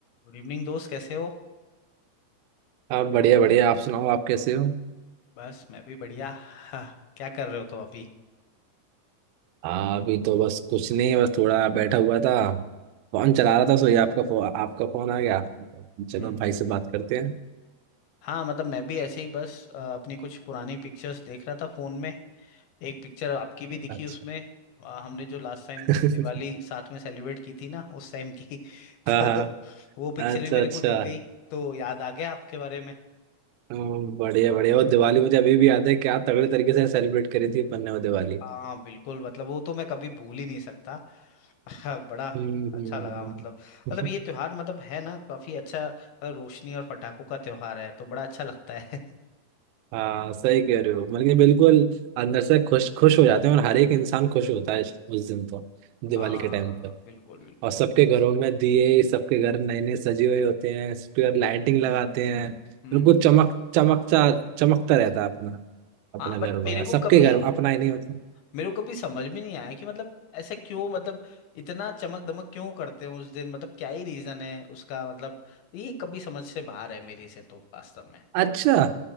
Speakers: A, on the left; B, on the right.
A: Good evening दोस्त कैसे हो
B: आप बढ़िया बढ़िया आप सुनाओ आप कैसे हो
A: बस मैं भी बढ़िया हाँ, क्या कर रहे हो तो अभी
B: हाँ अभी तो बस कुछ नहीं बस थोड़ा बैठा हुआ था फोन चला रहा था सो ये आपका फो, आपका फोन आ गया चलो
A: हम्म
B: भाई से बात करते हैं
A: हाँ मतलब मैं भी ऐसे ही बस अ, अपनी कुछ पुरानी पिक्चर्स देख रहा था फोन में एक पिक्चर आपकी भी दिखी
B: अच्छा
A: उसमें अ, हमने जो लास्ट टाइम
B: <laughs>
A: दिवाली साथ में सेलिब्रेट की थी ना उस टाइम की <laughs>
B: हाँ हाँ
A: तो वो पिक्चर
B: अच्छा
A: भी मेरे
B: अच्छा
A: को दिख गई तो याद आ गया आपके बारे में
B: हम्म, बढ़िया बढ़िया वो दिवाली
A: काफी
B: मुझे अभी भी याद है क्या तगड़े तरीके से सेलिब्रेट करी थी अपन ने वो दिवाली
A: हाँ बिल्कुल मतलब वो तो मैं कभी भूल ही नहीं सकता हाँ बड़ा
B: हम्म
A: अच्छा
B: हम्म,
A: लगा मतलब
B: हम्म।
A: मतलब ये त्योहार मतलब है ना काफी अच्छा अ, रोशनी और पटाखों का त्योहार है तो बड़ा अच्छा लगता है <laughs>
B: <laughs> हाँ सही कह रहे हो मतलब कि बिल्कुल अंदर से खुश खुश हो जाते हैं और हर एक इंसान खुश होता है इस- उस दिन तो दिवाली
A: हाँ
B: के टाइम
A: बिल्कुल बिल्कुल
B: और सबके घरों में दिए सबके घर नए नए सजे हुए होते हैं सबके घर लाइटिंग लगाते हैं बिल्कुल
A: हम्म हम्म।
B: चमक चमकता चमकता रहता है अपना अपना
A: हाँ बट
B: घर वगैरह
A: मेरे
B: सबके
A: को कभी
B: घर अपना ही नहीं होता
A: मेरे को कभी समझ में नहीं आया कि मतलब ऐसा क्यों मतलब इतना चमक दमक क्यों करते हैं उस दिन मतलब क्या ही रीजन है उसका मतलब ये कभी समझ से बाहर है मेरी से तो वास्तव में
B: अच्छा